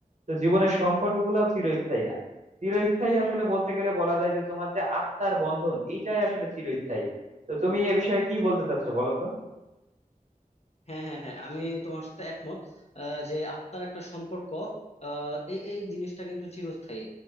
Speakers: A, on the right; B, on the left.
A: তো জীবনের সম্পর্কগুলোও চিরস্থায়ী না চিরস্থায়ী আসলে বলতে গেলে বলা যায় যে তোমার যে আত্মার বন্ধন এইটাই আসলে চিরস্থায়ী তো তুমি এ বিষয়ে কি বলতে চাচ্ছো বলো তো
B: হ্যাঁ হ্যাঁ হ্যাঁ আমি তোমার সাথে একমত আহ, যে আত্মার একটা সম্পর্ক আহ, এই এই জিনিসটা কিন্তু চিরস্থায়ী